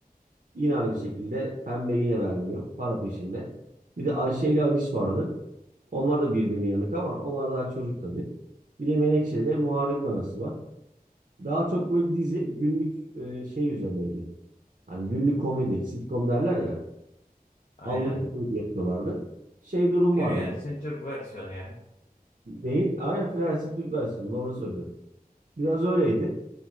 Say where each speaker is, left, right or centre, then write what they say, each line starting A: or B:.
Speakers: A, on the right; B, on the left.
A: Yine aynı şekilde pembe yine vermiyor. Para peşinde. Bir de Ayşe ile Aliş vardı. Onlar da birbirine yanık ama onlar daha çocuk tabii. Bir de Menekşe ile Muharrem'in arası var. Daha çok böyle dizi günlük e, şey üzerineydi. Hani günlük komedi, sitcom derler ya.
B: Aynen.
A: Anlık komedi yapıyorlardı. Şey durum
B: Bir
A: vardı.
B: yani Türk versiyonu ya.
A: Neyin? Aynen Fransız Türk versiyonu doğru söylüyorum. Biraz öyleydi.